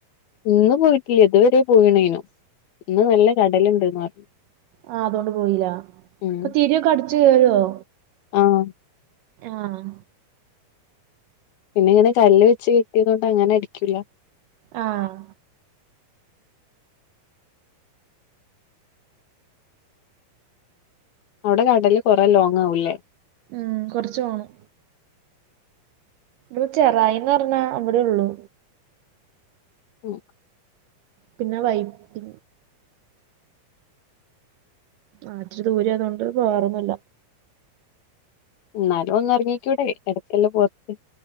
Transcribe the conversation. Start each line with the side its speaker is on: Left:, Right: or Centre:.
Left: ഇന്ന് പോയിട്ടില്ല ഇതുവരേ പോയിണേനു ഇന്ന് നല്ല കടലുണ്ട്ന്ന് പറഞ്ഞു.
Right: ആഹ് അതുകൊണ്ട് പോയില്ല
Left: ഉം
Right: അപ്പൊ തിരിയൊക്കെ അടച്ച് കേറുവോ?
Left: ആഹ്
Right: ആഹ്
Left: പിന്നെ ഇങ്ങനെ കല്ല് വെച്ച് കെട്ടിയതുകൊണ്ട് അങ്ങനെ അടിക്കൂല്ല.
Right: ആഹ്
Left: അവിടെ വെടല് കുറെ ലോങ്ങ ആവല്ലേ?
Right: മ്ഹ് കുറച്ച് പോണം. ഇവടെ ചെറായിന്ന് പറഞ്ഞാ അവിടെ ഉള്ളൂ.
Left: മ്ഹ്
Right: പിന്നെ വൈപ്പി ആഹ് ഇച്ചിരി ദൂരെയാ അതുകൊണ്ട് പോവാറൊന്നൂല്ല.
Left: എന്നാലും ഒന്ന് ഇറങ്ങക്കൂടെ ഇടയ്ക്കല്ലാം പുറത്ത്